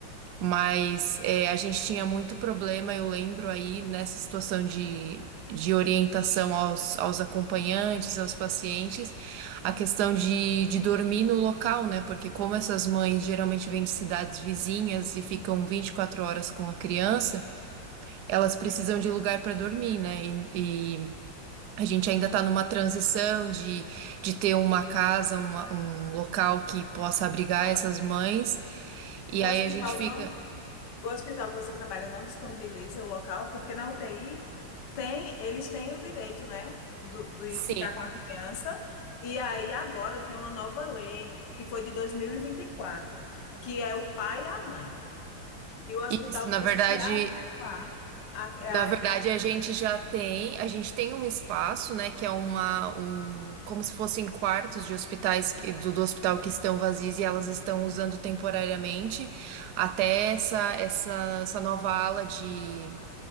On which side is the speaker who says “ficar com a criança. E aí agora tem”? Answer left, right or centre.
Left